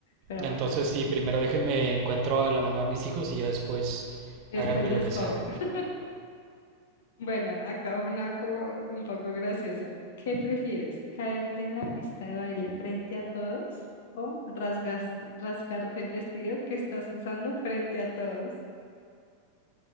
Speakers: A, on the left; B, on the right.
A: Pero
B: Entonces,
A: bueno,
B: sí, primero déjenme encuentro a la mamá de mis hijos y ya después
A: después
B: háganme
A: yo
B: lo
A: escojo.
B: que sea.
A: <laughs> Bueno, acá una como un poco graciosa. ¿Qué prefieres? ¿Caerte en la pista de baile frente a todos o rasgas- rascarte el vestido que estás usando frente a todos?